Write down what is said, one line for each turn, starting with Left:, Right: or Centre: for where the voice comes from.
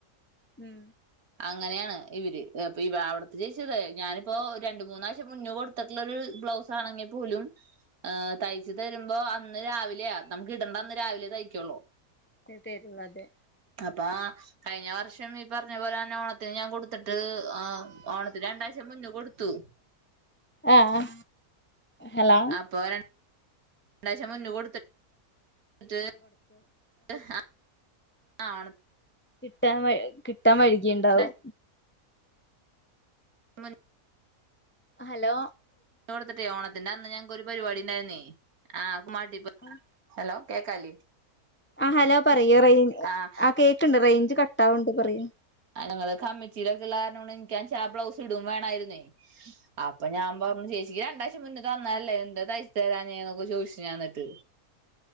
Left: ഉം
Right: അങ്ങനെയാണ് ഇവര് പ്പൊ അവിടുത്തെ ചേച്ചിയതേ ഞാനിപ്പോ രണ്ട്മൂന്നാഴ് ച്ചമുന്നെ കൊടുത്ത്ട്ടൊള്ളോരു ബ്ലൗസാണെങ്കി പോലും ഏഹ് തയ് ച്ച് തരുമ്പോ അന്ന് രാവിലെയ നമുക്കിടേണ്ടന്ന് രാവിലെ തയ്ക്കുള്ളൂ
Left: തെരുന്നതേ
Right: അപ്പ കഴിഞ്ഞ വർഷം ഈ പറഞ്ഞ പോലെ തന്നെ ഓണത്തിന് ഞാൻ കൊ ടുത്തിട്ട് ആഹ് ഓണത്തിന് രണ്ടാഴ്ച മുന്നെ കൊടുത്തു
Left: ആഹ് ഹലോ
Right: അപ്പോ രണ്ടാഴ്ച മുന്നേ കൊടുത്തിട്ട് ആഹ് ആ ഓണ
Left: ട്ടാൻവഴ് കിട്ടാൻവഴികിയുണ്ടാവും
Right: രണ്ടാഴ്ച മുൻ
Left: ഹലോ
Right: ന്നെ കൊടുത്തിട്ടേ ഓണത്തിന്റന്ന് ഞങ്ങക്കൊരു പരിപാടിണ്ടായിര്ന്നേ ആഹ് കുമ്മാട്ടി പ്പ
Left: ആഹ്
Right: ഹലോ കേക്കാല്ലെ
Left: ആഹ് ഹലോ പറയ് റയ്
Right: ആഹ്
Left: ആ കേക്ക്‌ണ്ട് റേയ്ഞ്ച് കട്ടാവ്ണ്ട് പറയ്
Right: ആ ഞങ്ങള് കമ്മിറ്റിയിലൊക്കെള്ളാരണാണ് എനിക്ക ചാ ബ്ലൗസ് ഇടും വേണായിരുന്നേ അപ്പൊ ഞാൻ പറഞ്ഞു ചേച്ചിക്ക് രണ്ടാഴ്ച്ച മുന്നെ തന്ന അല്ലേ എന്താ തയ്ച്തരാഞ്ഞേ എന്നൊക്കെ ചോയിച്ചു ഞാന്നിട്ട്.